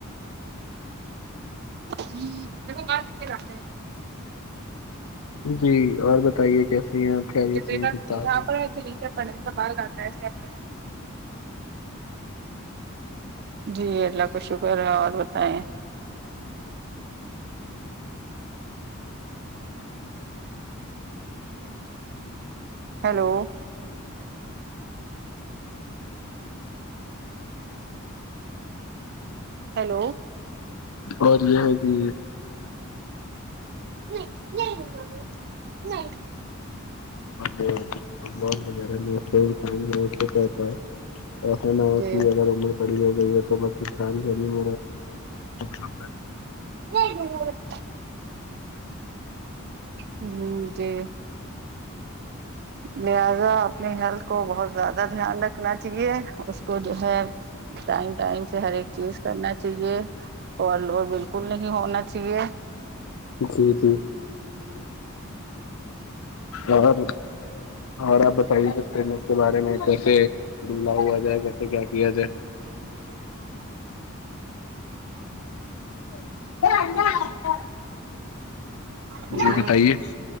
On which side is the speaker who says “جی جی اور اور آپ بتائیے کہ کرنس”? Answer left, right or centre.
Left